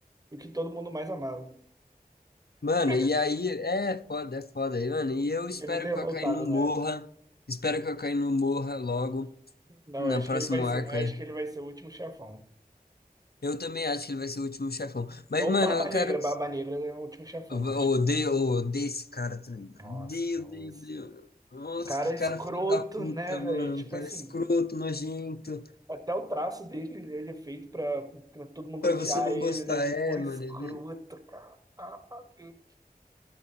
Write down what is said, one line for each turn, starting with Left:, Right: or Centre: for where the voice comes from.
Right: o que todo mundo mais amava.
Left: Mano,
Right: <laughs>
Left: e aí. É foda, é foda. E, Mano, e eu
Right: Fiquei
Left: espero
Right: muito revoltado
Left: que o Akainu
Right: na
Left: morra.
Right: época.
Left: Espero que o Akainu morra logo,
Right: Não,
Left: no
Right: acho
Left: próximo
Right: que ele vai ser,
Left: arco
Right: acho
Left: aí.
Right: que ele vai ser o último chefão.
Left: Eu também acho que ele vai ser o último chefão. Mas,
Right: Ou
Left: mano,
Right: Barba
Left: eu quero
Right: Negra, Barba Negra é o último chefão,
Left: Eu
Right: eu
Left: eu
Right: acho.
Left: odeio, eu odeio esse cara também. mano.
Right: Nossa,
Left: Odeio, odeio,
Right: os
Left: odeio. Nossa,
Right: cara
Left: que
Right: escroto,
Left: cara filho da puta,
Right: né, velho?
Left: mano.
Right: Tipo
Left: Um cara
Right: assim,
Left: escroto, nojento.
Right: até o traço dele, ele é feito pra, pra todo mundo
Left: Pra
Right: odiar
Left: você não
Right: ele,
Left: gostar,
Right: né? Que
Left: é,
Right: porra
Left: mano.
Right: escrota,
Left: ele-
Right: cara. Ah, ah, eu-